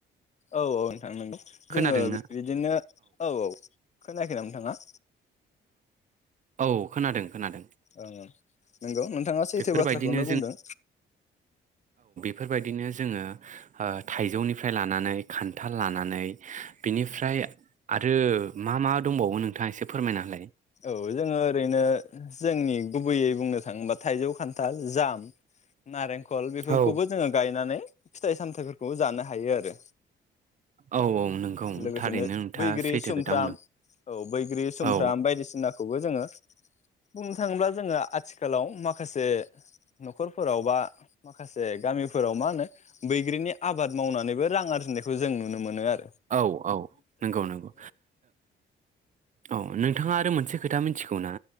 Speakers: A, on the left; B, on the right.
A: औ औ नोंथां नंगौ
B: खोनादोंना
A: जोङो बिदिनो औ औ खोनाखै नों नाङा
B: औ खोनादों खोनादों
A: ओं ओं नंगौ नोंथाङा सैथो
B: बेफोरबायदिनो
A: बाथ्राखौनो बुंदों
B: फोरबायदिनो जोङो ओ थाइजौनिफ्राय लानानै खान्थाल लानानै बिनिफ्राय आरो मा मा दंबावो नोंथाङा एसे फोरमायना होलाय
A: औ जोङो ओरैनो जोंनि गुबैयै बुंनो थाङोबा थाइजौ, खान्थाल, जाम, नारें खल बेफोरखौबो
B: औ
A: जोङो गायनानै फिथाइ सामथाइफोरखौ जानो हायो आरो
B: औ औ नंगौ
A: लोगोसेनो
B: थारैनो नोंथाङा
A: बैग्रि
B: सैथो
A: सुमफ्राम
B: खोथा बुंदों
A: औ बैग्रि सुमफ्राम
B: औ
A: बायदि सिनाखौबो जोङो बुंनो थाङोब्ला जोङो आथिखालाव माखासे न'खरफोराव बा माखासे गामिफोराव मा होनो बैग्रिनि आबाद मावनानैबो रां आरजिनायखौ जों नुनो मोनो आ
B: औ औ नंगौ नंगौ औ नोंथाङा आरो मोन से खोथा मिथिगौ ना